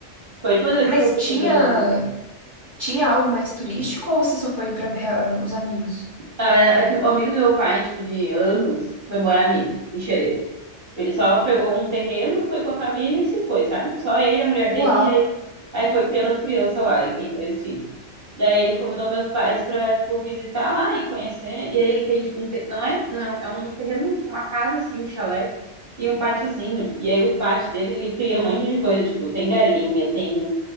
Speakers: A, on the right (about 15°); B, on the right (about 55°).
A: Foi a última vez
B: Mas
A: que eu fui
B: tinha
A: pra Floripa.
B: tinha algo mais turístico ou você só foi pra ver ah, os amigos?
A: Ah, é o amigo do meu pai, tipo, de anos, foi morar ali, em Xereder. Ele só pegou um terreno, foi com a família e se foi, sabe? Só ele, a mulher dele,
B: Uau,
A: e aí, aí foi criando as crianças lá. Ele tem três filhos. Daí ele convidou meus pais pra, tipo, visitar lá e conhecer. E aí ele tem, tipo, um te... não é, não é um é um terreno, tipo, uma casa, assim, um chalé e um pátiozinho. E aí o pátio dele, ele cria um monte de coisa, tipo, tem galinha, tem